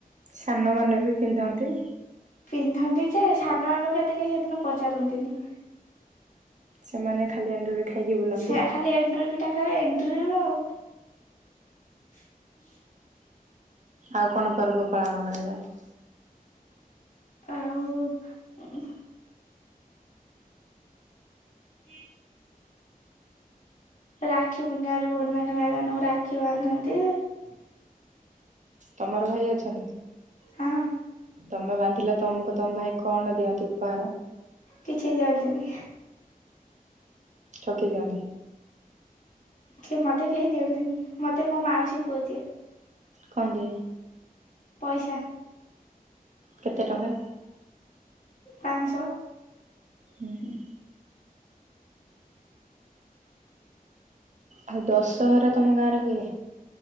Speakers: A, on the right; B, on the left.
A: ସାନ ମାନେ ବି ପିନ୍ଧନ୍ତି।
B: ପିନ୍ଧନ୍ତି ଯେ ସାନ ମାନଙ୍କୁ ଏତେ କେହି ହେଦିନ ପଚାରନ୍ତିନି।
A: ସେମାନେ ଖାଲି ଏଣ୍ଡୁରି ଖାଇକି ବୁଲନ୍ତି।
B: ସେ ଖାଲି ଏଣ୍ଡୁରି ପି ଏଟା ଖାଲି ଏଣ୍ଡୁ୍ରି ଆଉ। <inaudible>
A: ଆଉ କଣ ପର୍ବ ପାଳନ କରାଯାଏ?
B: ଆଉ ଉଁ - ହୁଁ ରାକ୍ଷୀ ପୂର୍ଣ୍ଣିମାରେ ଭଉଣୀ ମାନ ଭାଇମାନଙ୍କୁ ରାକ୍ଷୀ ବାନ୍ଧନ୍ତି।
A: ହୁଁ ତମର ଭାଇ ଅଛନ୍ତି?
B: ହଁ।
A: ତମେ ବାନ୍ଧିଲେ ତମକୁ ତମ ଭାଇ କଣ ଦିଅନ୍ତି ଉପହାର।
B: କିଛି ଦିଅନ୍ତିନି।
A: ଠକି ଦିଅନ୍ତି।
B: କିଏ ମତେ କେହି ଦିଅନ୍ତିନି ମତେ ମୋ ମାଉସୀ ପୁଅ ଦିଏ।
A: କଣ୍ ଦିଏ?
B: ପଇସା।
A: କେତେ ଟଙ୍କା?
B: ପାଁ ସ।
A: ହୁଁ ହୁଁ। ଆଉ ଦଶହରା ତମ ଗାଁରେ ହୁଏ?